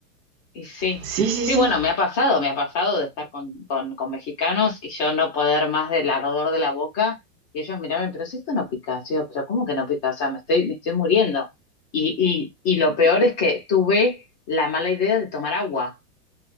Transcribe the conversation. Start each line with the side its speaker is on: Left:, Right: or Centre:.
Left: Y sí,
Right: Sí, sí,
Left: sí,
Right: sí.
Left: bueno, me ha pasado, me ha pasado de estar con, con, con mexicanos y yo no poder más del ardor de la boca y ellos mirarme, pero si esto no pica, yo digo, pero ¿cómo que no pica? O sea, me estoy, me estoy muriendo. Y, y, y lo peor es que tuve la mala idea de tomar agua